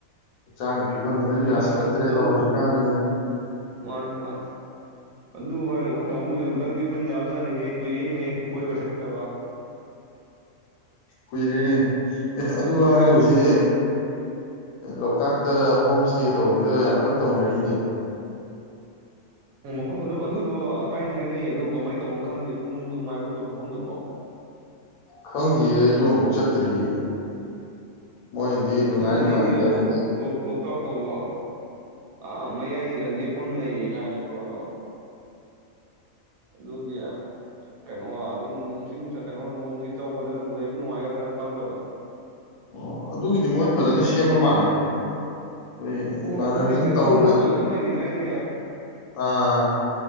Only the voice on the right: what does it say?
ꯑꯗꯨꯅꯤꯅ‌ꯦ
ꯑꯁ ꯑꯗꯨ
ꯃꯅꯤ ꯃꯥꯅꯤ ꯑꯗꯨ ꯍꯥꯏ ꯑꯩꯈꯣꯏ ꯀꯥꯡꯕꯨꯗꯤ ꯑꯝꯇꯪꯗꯤ ꯄꯨꯟ ꯌꯥꯕ ꯖꯥꯠꯅꯤꯍꯦ ꯀꯨꯏꯔꯦ ꯅꯦ ꯀꯣꯏꯕꯒꯥ ꯆꯥꯠ ꯈꯤꯗꯕ
ꯑꯣ ꯃꯐꯝ ꯑꯗꯨꯝ ꯑꯗꯨꯗꯣ ꯍꯥꯏꯗꯤ ꯍꯥꯏꯅꯩꯌꯦ ꯑꯗꯨ ꯀꯃꯥꯏꯅ ꯇꯧꯕꯅꯣ ꯈꯪꯗꯦ ꯑꯗꯨꯣ ꯅꯨꯡꯕꯨ ꯅꯨꯡꯉꯥꯏ ꯕꯔꯣꯕꯥ ꯑꯦꯗꯨꯏ ꯃꯐꯝꯗꯨꯕꯣ
ꯈꯪꯗꯦ
ꯑꯩꯗꯤ ꯑ ꯑꯇꯣꯞꯄꯀꯣ
ꯑꯥ ꯃꯌꯥꯏꯗꯨꯗ ꯂꯦꯞꯐꯝ ꯂꯩꯌꯦ ꯌꯥꯏꯑꯕꯀꯣ ꯑꯗꯣ ꯑꯗꯨꯒꯤ ꯀꯩꯅꯣ ꯑꯗꯨꯝ ꯅꯨꯡꯁꯤꯠ ꯅꯨꯡꯁꯛ ꯀꯩꯅꯣ ꯅꯣꯡꯁꯤ ꯆꯄꯗꯒ ꯂꯩꯕ ꯅꯨꯡꯉꯥꯏꯒꯗ꯭ꯔꯅ ꯈꯪꯗꯕ
ꯑꯣ
ꯑꯗꯨꯒꯤ ꯍꯥꯏꯔꯒ
ꯅꯪ ꯅꯃꯥꯖ ꯑꯃ ꯂꯩꯈꯤꯗꯥꯏꯅꯦ